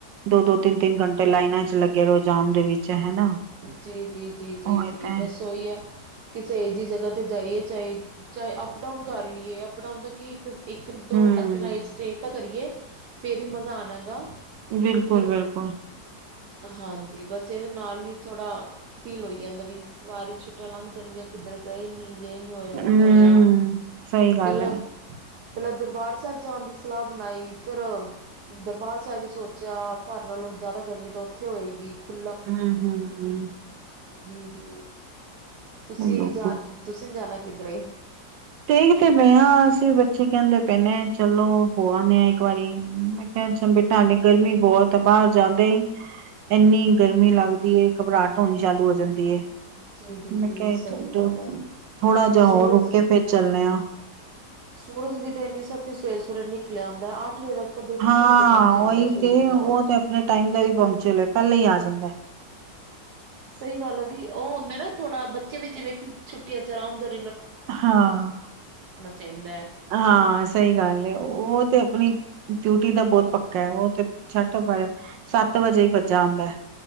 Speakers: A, on the right; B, on the right.
A: ਦੋ ਦੋ ਤਿੰਨ ਤਿੰਨ ਘੰਟੇ ਲਾਈਨਾਂ ਚ ਲਗ ਰੋ ਜਾਮ ਦੇ ਵਿੱਚ ਹਨਾ
B: ਜੀ-ਜੀ-ਜੀ-ਜੀ-ਜੀ,
A: ਉਹੀ ਤਾਂ
B: ਬਸ ਉਹੀ ਹੈ, ਕਿਸੇ ਇਹ ਜਿ ਜਾ ਤੇ ਜਾਈਏ ਚਾਹੇ ਚਾਹੇ ਅਪ ਡਾਊਨ ਕਰ ਲਈਏ ਅਪਡਾਊਨ ਦਾ ਕੀ ਇੱਕ ਦੋ,
A: ਹੂੰ
B: ਅੱਧੀ ਨਾਈਟ ਸਟੇ ਤਾਂ ਕਰੀਏ। ਫੇਰ ਹੀ ਮਜ਼ਾ ਆਣਾ ਹੈਗਾ।
A: ਬਿਲਕੁਲ-ਬਿਲਕੁਲ,
B: ਮੇਰੇ ਹਾਂਜੀ, ਬਸ ਇਹਦੇ। ਨਾਲ ਹੀ ਥੋੜਾ ਫੀਲ ਹੋਈ ਜਾਂਦਾ ਵੀ, ਸਾਰੀ ਛੁੱਟੀਆਂ ਲੰਘ ਜਾਣਗੀਆਂ ਕਿੱਧਰ ਗਏ ਨੀ। ਜੇ ਨੀ ਹੋਏ
A: ਹੂੰ,
B: ਵੋ ਨੀ ਹੋਇਆ
A: ਸਹੀ ਗੱਲ
B: ਪਹਿਲਾਂ
A: ਹੈ।
B: ਪਹਿਲਾਂ ਦਰਬਾਰ ਸਾਹਿਬ ਜਾਣ ਦੀ ਸਲਾਹ ਬਣਾਈ ਫਿਰ ਦਰਬਾਰ ਸਾਹਿਬ ਹੀ ਸੋਚਿਆ ਘਰ ਨਾਲੋਂ ਜਿਆਦਾ ਗਰਮੀ ਤਾਂ ਉੱਥੇ ਹੋਏਗੀ ਖੁ
A: ਹੂੰ-ਹੂੰ-ਹੂੰ,
B: ਜੀ ਜੀ, ਤੁਸੀਂ
A: ਚਲੋ
B: ਜਾ ਤੁਸੀਂ ਨ ਜਾਣਾ ਕਿੱਧਰੇ?
A: ਤੇ ਕਿਤੇ ਪਏ ਹਾਂ ਅਸੀਂ ਬੱਚੇ ਕਹਿੰਦੇ ਪਏ ਨੇ ਚ ਚਲੋ ਹੋ ਆਨੇ ਆ ਇੱਕ ਵਾਰੀ, ਮੈਂ ਕਿਹਾ ਚ ਬੇਟਾ ਲੇ ਗਰਮੀ ਬਹੁਤ ਆ ਬਾਹਰ ਜਾਂਦੇ ਐੰਨੀ ਗਰਮੀ ਲੱਗਦੀ ਐ ਘਬਰਾਹਟ ਹੋਣੀ ਚਾਲੂ ਹੋ ਜਾਂਦੀ ਐ।
B: ਜੀ ਜੀ
A: ਮੈਂ
B: ਜੀ
A: ਕਿਹਾ
B: ਸਹੀ
A: ਦੋ
B: ਗੱਲ ਹੈ
A: ਥੋੜਾ ਜਿਹਾ
B: ਸੂਰਜ
A: ਹੋਰ ਚੱਲਨੇ ਆ।
B: ਸੂਰਜ ਵੀ ਤਾਂ ਇੰਨੀ ਸਤੀ ਸਵੇਰੇ ਸਵੇਰੇ ਨਿਕਲਿਆ ਆਦਾ ਹੈ ਅੱਠ ਵਜੇ ਤੱਕ ਤਾਂ ਬਿਲਕੁਲ
A: ਹਾਂ
B: ਸਿਰ ਤੇ ਪਹੁੰਚਿਆ
A: ਉਹੀ
B: ਹੁੰਦਾ ਸੂਰਜ
A: ਤੇ ਉਹ ਤੇ ਆਪਣੇ ਟਾਈਮ ਦਾ ਵੀ ਪਹੁੰਚ ਲਏ ਪਹਿਲਾਂ ਹੀ ਆ ਜਾਂਦਾ।
B: ਸਹੀ ਗੱਲ ਹੈ ਵੀ ਉਹ ਹੁੰਦੇ ਨਾ ਥੋੜਾ ਬੱਚੇ ਵੀ ਜਿਵੇਂ, ਛੁੱਟਿਆਂ ਚ ਆਰਾਮ ਦਰ
A: ਹਾਂ
B: ਚਾਹੀਦਾ ਹੈ
A: ਹਾਂ, ਸਹੀ ਗੱਲ ਹੈ ਉਹ ਤੇ ਆਪਣੀ ਡਿਊਟੀ ਦਾ ਬਹੁਤ ਪੱਕਾ ਉਹ ਤੇ ਛੱਡ ਪਰੇ ਸੱਤ ਵਜੇ ਹੀ ਭੱਜਾ ਆਦਾ।